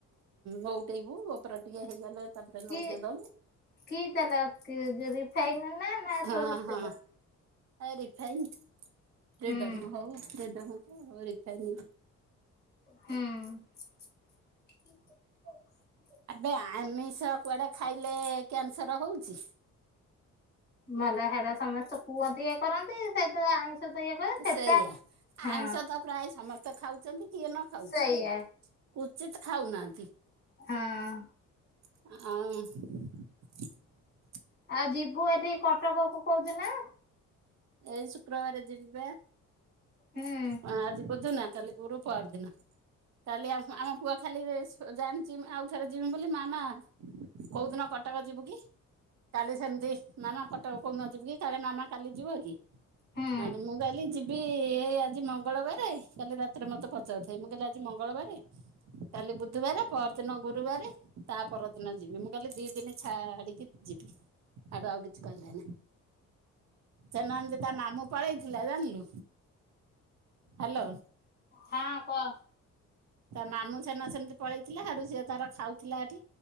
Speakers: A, on the right; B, on the left.
A: ନୋଉଟେଇବୁ ଉପୋର ଟିକେ ହେଇଗଲେ ନୋଉଟେଇଦବୁ।
B: କି କି ତେଲ କି ରିଫାଇନ ନା ନା
A: ହଁ
B: ସୋରିଷ ତେଲ?
A: ହଁ ରିଫାଇନ। ଫ୍ରୀଡମ୍
B: ହୁଁ
A: ହଉ ଫ୍ରୀଡମ୍ କୁ ରିଫାଇନ
B: ହୁଁ।
A: ଆବେ ଆମିଷ କୁଆଡେ ଖାଇଲେ କ୍ୟାନସର ହଉଛି?
B: ମଲା ହେରା ସମସ୍ତେ କୁହନ୍ତି। କରନ୍ତି ସେତ ଆଇଁଷ ତ ଇଏ କରେ ସେଟା
A: ସେଇଆ।
B: ହଁ।
A: ଆଇଁଷ ପ୍ରାୟ ସମସ୍ତେ ତ ଖାଉଛନ୍ତି କିଏ ନ ଖାଉଛି
B: ସେଇଆ
A: ଉଚିତ ଖାଉନାହାନ୍ତି।
B: ହଁ।
A: ଆଉଁ।
B: ଆଉ ଯିବୁ ଏଠି କଟକ କୁ କୋଉ ଦିନ?
A: ଏଇ ଶୁକ୍ରବାର ଯିବି ପା।
B: ହୁଁ
A: ହଁ, ଆଜି ବୁଧୁ ନା କାଲିି ଗୁରୁ ପଅରଦିନ। କାଲି ଆମ ଆମ ପୁଅ ଖାଲି ସ ଜାଣିଛି, ଆଉ ଥରେ ଯିମି ବୋଲି ମାମା କୋଉଦିନ କଟକ ଯିବୁ କି? କାଲି ସେମିତି! ମାମା କଟକ କୋଉ ଦିନଯିବୁ କି କାଳେ ମାମା କାଲି ଯିବ କି?
B: ହୁଁ
A: ଆତ୍ ମୁଁ କଇଲି ଜିବିି-ଇ-ଇ-ହେଇ ଆ ଆଜି ମଙ୍ଗଳବାରେ କାଲି ରାତିରେ ମତେ ପଚାରୁଥାଏ ମୁଁ କହିଲି ଆଜି ମଙ୍ଗଳବାରେ କାଲି ବୁଧବାରେ ପରଦିନ ଗୁରୁବାରେ ତା ପରଦିନ ଯିବି। ମୁଁ କହିଲି ଦି ଦିନ ଛା-ଆ-ଆଡିକି ଯିବି। ଆଡୁ ଆଉ କିଛି କହିଲେ ନି। ସେ ନାନ୍ତି। ତା ମାମୁଁ ପଳେଇଥିଲା, ଜାଣିଲୁ। ହ୍ୟାଲୋ!
B: ହଁ କହ,
A: ତା ମାମୁଁ ସେନ ଅ ସେମିତି ପଳେଇଥିଲା। ହେଠୁ ସିଏ ତାର ଖାଉଥିଲା ଏଠି।